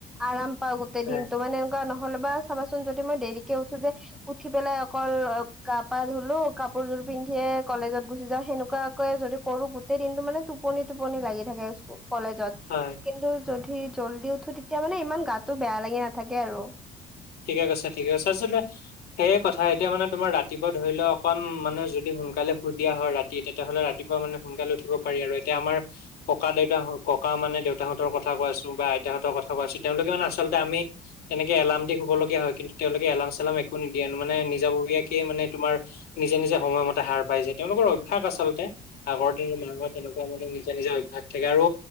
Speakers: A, in the centre; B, on the left.
A: আৰাম পাওঁ গোটেই
B: হয়
A: দিনতটো মানে নহ'লে বা চাবাচোন যদি মই দেৰিকে উঠোঁ যে উঠি পেলাই অকল গা পা ধুলো, কাপোৰযোৰ পিন্ধিয়ে কলেজত গুচি যাওঁ সেনেকুৱা যদি কৰো, গোটেই দিনটো মানে টোপনি টোপনি লাগি থাকে স্কু কলেজত
B: হয়
A: কিন্তু যদি জলদি উঠো, তেতিয়া মানে ইমান গাতটো বেয়া লাগি নাথাকে আৰু।
B: ঠিকে কৈছ, ঠিকে কৈছ, চাউছোন ত সেইয়ে কথা, এতিয়া মানে তোমাৰ ৰাতিপুৱা ধৰি লও অকন মানে যদি সোনকালে সুই দিয়া হয় ৰাতি তেতিয়াহ'লে ৰাতিপুৱা মানে সোনকালে উঠিব পাৰি আৰু। এতিয়া আমাৰ ককা দেউতা ককা মানে, দেউতাহঁতৰ কথা কোৱাছো বা, আইতাহঁতৰ কথা কোৱাছো তেওঁলোকে মানে আচলতে আমি তেনেকে এলাৰাম দি শুবলগীয়া হয়, কিন্তু তেওঁলোকে এলাম চালাম একো নিদিয়ে, মানে নিজাববীয়াকে মানে তোমাৰ নিজে নিজে সময়মতে হাৰ পাই যায় তেওঁলোকৰ অভ্যাস আচলতে। আগৰ দিন মানো তেনেকুৱা মানে নিজে নিজে অভ্যাস থাকে আৰু